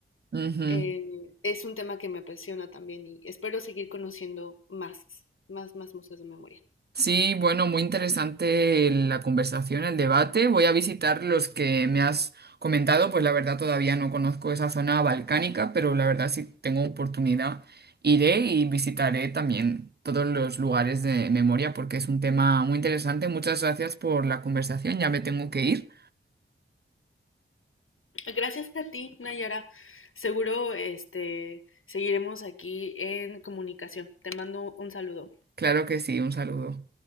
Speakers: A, on the right; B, on the left.
A: Ujú.
B: Eh, es un tema que me apasiona también y espero seguir conociendo más, más, más museos de memoria.
A: Sí, bueno, muy interesante la conversación, el debate. Voy a visitar los que me has comentado, pues la verdad todavía no conozco esa zona balcánica, pero la verdad si tengo oportunidad iré y visitaré también todos los lugares de memoria porque es un tema muy interesante. Muchas gracias por la conversación, ya me tengo que ir.
B: Gracias a ti, Nayara. Seguro, este, seguiremos aquí en comunicación. Te mando un saludo.
A: Claro que sí, un saludo.